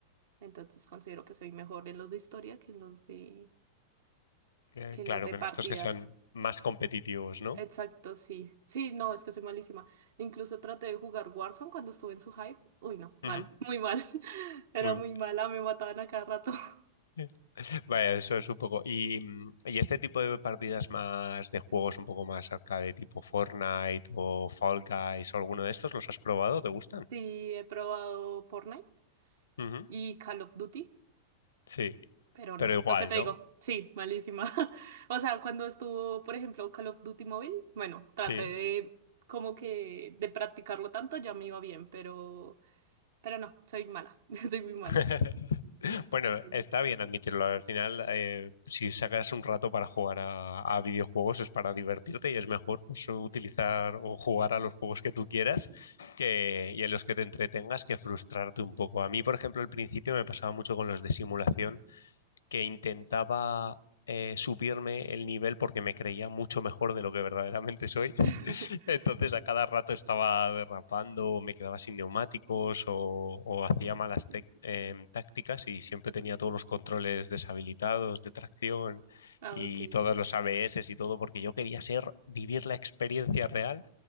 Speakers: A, on the right; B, on the left.
A: Entonces considero que soy mejor en los de historia que en los de,
B: Eh,
A: que en
B: claro,
A: los de
B: que
A: partidas.
B: en estos que sean más competitivos, ¿no?
A: Exacto, sí. Sí, no, es que soy malísima. Incluso traté de jugar Warzone cuando estuve en su hype. Uy, no,
B: Ujú.
A: mal, muy mal. <laughs> Era
B: Muy
A: muy
B: bueno.
A: mala, me mataban a cada rato. <laughs>
B: <laughs> Vaya, eso es un poco. Y, mm, y este tipo de partidas más de juegos un poco más arcade, tipo Fortnite o Fall Guys o alguno de estos, ¿los has probado? ¿Te gustan?
A: Sí, he probado Fortnite
B: Ujú.
A: y Call of Duty,
B: Sí,
A: pero no.
B: pero igual,
A: Lo que te
B: ¿no?
A: digo, sí, malísima. <laughs> O sea, cuando estuvo, por ejemplo, Call of Duty móvil, bueno, traté
B: Sí.
A: de como que de practicarlo tanto, ya me iba bien, pero Pero no, soy mala. <laughs> Soy muy mala.
B: <laughs> Bueno,
A: Sí.
B: está bien admitirlo. Al final, eh, si sacas un rato para jugar a, a videojuegos es para divertirte y es mejor pues, utilizar o jugar a los juegos que tú quieras que, y en los que te entretengas que frustrarte un poco. A mí, por ejemplo, al principio me pasaba mucho con los de simulación que intentaba eh, subirme el nivel porque me creía mucho mejor de lo que verdaderamente soy.
A: <laughs>
B: <laughs> Entonces a cada rato estaba derrapando, me quedaba sin neumáticos o, o hacía malas tec- em, tácticas y siempre tenía todos los controles deshabilitados de tracción
A: Ah,
B: y
A: ok.
B: todos los ABS y todo porque yo quería ser, vivir la experiencia real.